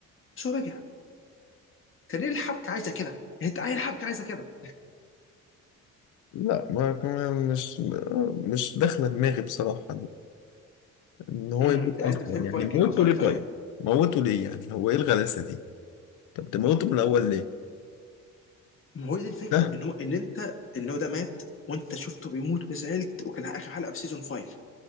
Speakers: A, on the left; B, on the left.
A: بس هو رجع كان ليه الحبكه عايزه كده انت عايز الحبكه عايزه كده
B: لا ما ما- مش مش داخله دماغي بصراحه
A: <laughs>
B: ان هو
A: مم.
B: يموت
A: يعني
B: اصلا
A: انت بتحب
B: يعني
A: فايكنجز
B: موته
A: اكتر
B: ليه
A: يعني
B: طيب موته ليه يعني هو ايه الغلاسه دي طب تموته من الاول ليه
A: ما هو دي الفكره
B: ده
A: ان هو ان انت ان هو ده مات وانت شفته بيموت وزعلت وكان اخر حلقه في سيزون 5